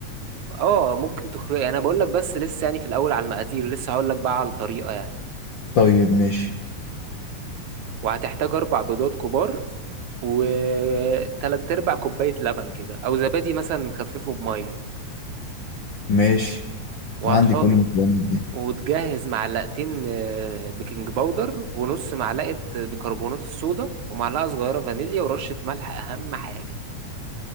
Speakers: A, on the right; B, on the left.
A: اه ممكن تخرج أنا بقول لك بس لسه يعني في الأول على المقادير لسه هقول لك بقى على الطريقة يعني
B: طيب ماشي
A: وهتحتاج أربع بيضات كبار وتلات أرباع كوباية لبن كده أو زبادي مثلا مخففه بمية
B: ماشي
A: وهتحط
B: عندي كل المكونات دي
A: وتجهز معلقتين آه، بيكنج باودر ونص معلقة بيكربونات الصودا ومعلقة صغيرة فانيليا ورشة ملح أهم حاجة